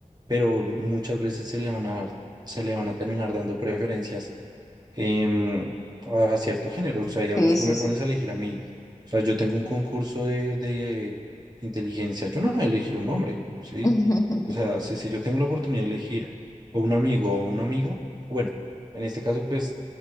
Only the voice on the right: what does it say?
pero muchas veces se le van a dar- se le van a terminar dando preferencias em, a cierto género. O sea, digamos,
tú
me
pones a elegir a mí. O sea, yo tengo un concurso de, de inteligencia, yo no voy a elegir un hombre, ¿sí?
O sea, si, si yo tengo la oportunidad de elegir o un amigo o una amiga, bueno, en este caso, pues